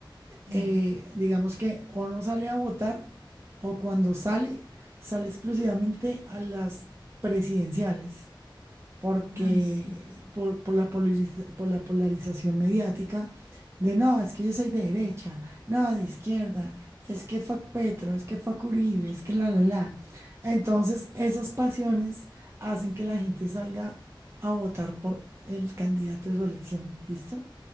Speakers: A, on the right (about 60°); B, on the right (about 30°).
A: Sí.
B: eh, digamos que o no sale a votar o cuando sale, sale exclusivamente a las presidenciales porque
A: Ay, sí, sí, sí.
B: por, por la polariza- por la polarización mediática de no, es que yo soy de derecha, no, de izquierda, es que fue Petro, es que fue Uribe, es que la, la, la. Entonces, esas pasiones hacen que la gente salga a votar por el candidato de su elección, ¿listo?